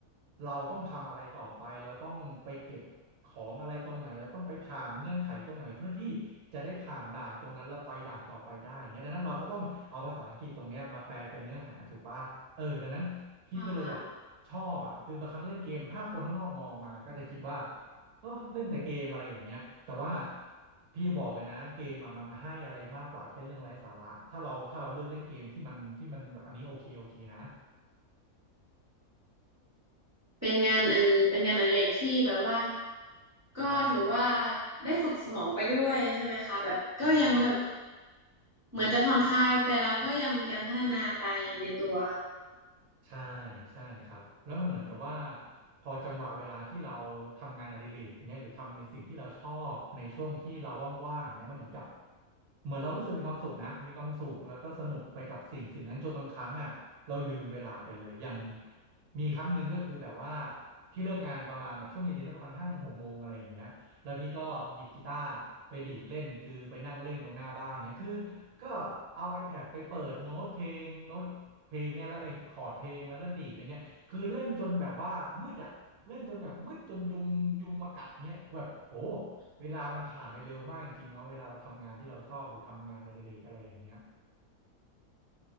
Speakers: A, on the right; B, on the right.
A: เราต้องทำอะไรต่อไปเราต้องไปเก็บของอะไรตรงไหนเราต้องไปผ่านเงื่อนไขตรงไหนเพื่อที่จะได้ผ่านด่านตรงนั้นแล้วไปด่านต่อไปได้อย่างเงี้ยดังนั้นเราก็ต้องเอาภาษาอังกฤษตรงเนี้ยมาแปลเป็นเนื้อหาถูกปะเออดังนั้นพี่ก็เลยแบบชอบอ่ะคือบางครั้งเล่นเกมถ้าคนข้างนอกมองมาก็จะคิดว่า
B: ค่ะ
A: เออเล่นแต่เกมอะไรอย่างเงี้ยแต่ว่าพี่บอกเลยนะเกมอะมันให้อะไรมากกว่าแค่เรื่องไร้สาระถ้าเราถ้าเราเลือกเล่นเกมที่มันที่มันแบบอันนี้โอเคโอเคนะ
B: เป็นงานอันเป็นงานอดิเรกที่แบบว่าก็ถือว่าได้ฝึกสมองไปด้วยใช่ไหมคะแบบก็ยังแบบเหมือนจะผ่อนคลายแต่เราก็ยังมีการพัฒนาไปในตัว
A: ใช่ใช่ครับแล้วมันเหมือนกับว่าพอจังหวะเวลาที่เราทำงานอดิเรกเนี่ยหรือทำในสิ่งที่เราชอบในช่วงที่เราว่างๆเนี่ยมันเหมือนกับเหมือนเรารู้สึกมีความสุขนะมีความสุขแล้วก็สนุกไปกับสิ่งสิ่งนั้นจนบางครั้งอ่ะเราลืมเวลาไปเลยอย่างมีครั้งหนึ่งก็คือแบบว่าที่เลิกงานประมาณแบบช่วงเย็นๆนะประมาณห้าโมงหกโมงอะไรอย่างเงี้ยแล้วพี่ก็หยิบกีตาร์ไปดีดเล่นคือไปนั่งเล่นตรงหน้าบ้านเงี้ยคือก็เอา iPad ไปเปิดโน้ตเพลงโน้ต เพลงเงี้ยแล้วไอ้คอร์ดเพลงแล้วก็ดีดไปเงี้ยคือเล่นจนแบบว่ามืดอ่ะเล่นจนแบบมืดจนยุงยุงมากัดเงี้ยแบบโอ้เวลามันผ่านไปเร็วมากจริงๆเนาะเวลาเราทำงานที่เราชอบหรือทำงานในเดเลกอะไรอย่างเงี้ย